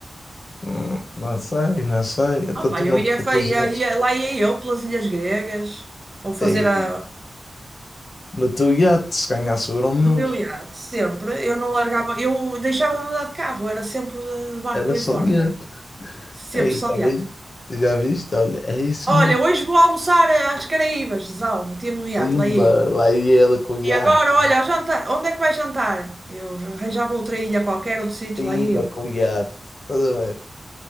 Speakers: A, on the left; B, on the right.
A: hum, não sei, não sei. Então
B: Ah, pá,
A: tu
B: eu
A: não
B: ia,
A: vês
B: fa-
A: aqueles
B: ia-
A: iates.
B: ia- lá ia eu pelas Ilhas Gregas, ou fazer
A: Tem-
B: a,
A: No teu iate, se ganhasse o euro milhões,
B: no meu iate, sempre. Eu não largava, eu deixava de andar de carro, era sempre de, de barco
A: era
B: por
A: só
B: aí fora.
A: de iate.
B: Sempre
A: Aí,
B: só
A: já
B: de
A: viste?
B: iate.
A: Já viste? Olha, é isso
B: Olha,
A: mesmo.
B: hoje vou almoçar eh, às Caraíbas, Zau, metia-me no iate,
A: Pimba,
B: lá ia eu.
A: lá ia ela com o iate.
B: E agora, olha, ao jantar, onde é que vais jantar? Eu arranjava outra ilha qualquer, outro sítio,
A: Pimba
B: lá ia eu.
A: com o iate. Estás a ver?